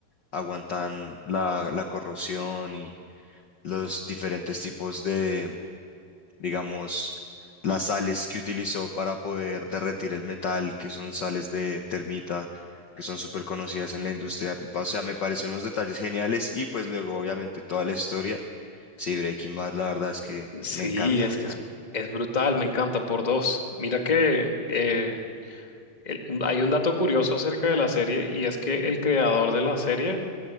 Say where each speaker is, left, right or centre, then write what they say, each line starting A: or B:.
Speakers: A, on the left; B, on the left.
A: aguantan la, la corrosión y los diferentes tipos de digamos, las sales que utilizó para poder derretir el metal, que son sales de termita, que son súper conocidas en la industria. O sea, me parecen unos detalles geniales y pues luego, obviamente, toda la historia. Sí, Breaking Bad, la verdad es que
B: Sí,
A: me encanta,
B: es
A: me encanta.
B: que es, es brutal, me encanta por dos. Mira que eh, el- un- hay un dato curioso acerca de la serie y es que el creador de la serie